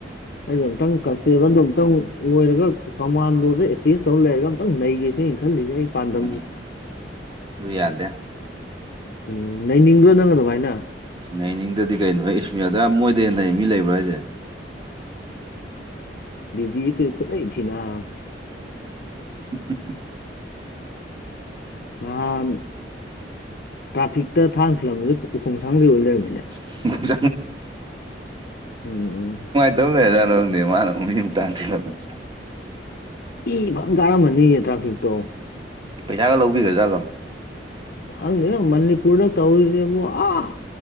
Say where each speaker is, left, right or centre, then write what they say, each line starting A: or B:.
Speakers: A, on the left; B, on the right.
A: ꯑꯩꯗꯣ ꯑꯝꯇꯪ ꯀꯟꯁꯇꯦꯕꯜꯗ ꯑꯝꯇꯪ ꯑꯣꯏꯔꯒ ꯀꯃꯥꯟꯗꯣꯗ ꯑꯦꯇꯦꯁ ꯇꯧꯔ ꯂꯩꯔꯒ ꯑꯝꯇꯪ ꯅꯩꯒꯦꯁꯤꯅꯤ ꯈꯜꯂꯤꯖꯦ ꯑꯩ ꯄꯥꯟꯗꯝꯖꯦ
B: ꯎꯝ ꯑꯗꯨ ꯌꯥꯗꯦ
A: ꯎꯝ ꯅꯩꯅꯤꯡꯗ꯭ꯔꯣ ꯅꯪ ꯑꯗꯨꯃꯥꯏꯅ
B: ꯅꯩꯅꯤꯡꯗꯗꯤ ꯀꯩꯅꯣꯍꯦ ꯏꯁ ꯃꯤ ꯑꯗꯨꯌꯥꯝ ꯃꯣꯏꯗꯩ ꯍꯦꯟꯅ ꯃꯤ ꯂꯩꯕ꯭ꯔꯣ ꯍꯥꯏꯖꯦ
A: <unintelligible>
B: <unintelligible>
A: ꯅꯍꯥꯟ ꯇ꯭ꯔꯥꯐꯤꯛꯇ ꯊꯥꯡ ꯊꯤꯜꯂꯝꯕꯗꯨ ꯎ ꯎꯈꯣꯡꯁꯥꯡꯗꯩ ꯑꯣꯏ ꯂꯩꯔꯝꯃꯤꯅꯦ
B: <unintelligible>
A: ꯎꯝ ꯎꯝ
B: ꯇꯕ ꯂꯩꯔꯖꯥꯠꯅꯣ ꯈꯪꯗꯦꯅꯦ ꯃꯥꯅ ꯃꯤꯕꯨ ꯊꯥꯡ ꯊꯤꯜꯂꯝꯃꯤꯗꯨ
A: ꯏ ꯐꯪ ꯀꯥꯔꯝꯃꯅꯤꯌꯦ ꯇ꯭ꯔꯥꯐꯤꯛꯇꯣ
B: ꯄꯩꯁꯥꯒ ꯂꯧꯕꯤꯒ꯭ꯔꯖꯥꯠꯂꯣ
A: ꯈꯪꯗꯦꯗ ꯃꯅꯤꯄꯨꯔꯗ ꯇꯧꯔꯤꯖꯦꯕꯨ ꯑꯥ